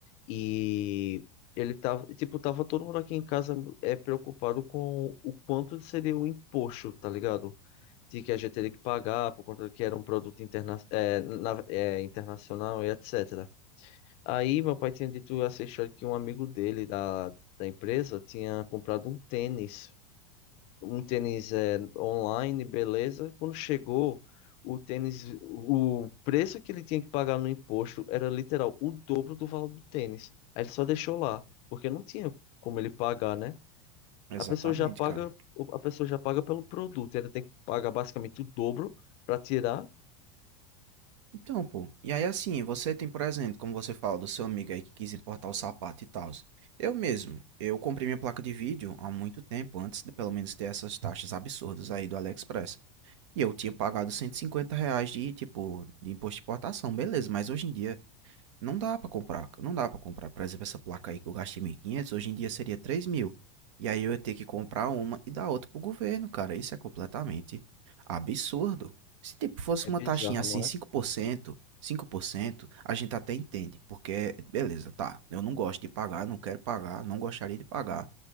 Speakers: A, on the left; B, on the right.
A: E ele tava, tipo, tava todo mundo aqui em casa é preocupado com o quanto seria o imposto, tá ligado? De que a gente teria que pagar por conta que era um produto interna é, na- é, internacional e etc. Aí meu pai tinha dito essa história que um amigo dele da, da empresa tinha comprado um tênis um tênis é, online, beleza. Quando chegou, o tênis, o preço que ele tinha que pagar no imposto era literal o dobro do valor do tênis. Aí ele só deixou lá, porque não tinha como ele pagar, né?
B: Exatamente,
A: A pessoa já paga,
B: cara.
A: a pessoa já paga pelo produto, ainda tem que pagar basicamente o dobro para tirar.
B: Então, pô, e aí assim, você tem, por exemplo, como você fala do seu amigo aí que quis importar o sapato e tal. Eu mesmo, eu comprei minha placa de vídeo há muito tempo, antes de pelo menos ter essas taxas absurdas aí do AliExpress. E eu tinha pagado 150 reais de, tipo, de imposto de importação, beleza, mas hoje em dia não dá pra comprar, não dá pra comprar. Por exemplo, essa placa aí que eu gastei 1.500 hoje em dia seria três mil E aí eu ia ter que comprar uma e dar outra pro governo, cara. Isso é completamente absurdo. Se tipo fosse
A: É
B: uma
A: bizarro,
B: taxinha assim,
A: não
B: cinco
A: é?
B: cinco por cento cinco por cento a gente até entende, porque beleza, tá. Eu não gosto de pagar, não quero pagar, não gostaria de pagar.